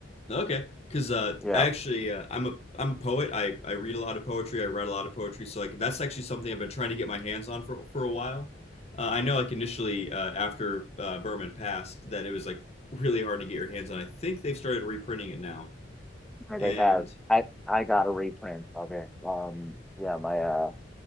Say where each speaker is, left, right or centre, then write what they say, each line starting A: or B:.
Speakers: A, on the left; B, in the centre.
A: Okay, because uh,
B: Yeah.
A: actually, uh, I'm a I'm a poet. I, I read a lot of poetry. I write a lot of poetry. So like that's actually something I've been trying to get my hands on for for a while. Uh, I know like initially uh, after uh, Berman passed that it was like really hard to get your hands on. I think they've started reprinting it now.
B: Sure
A: And
B: they have. I I got a reprint of it. Um, yeah, my uh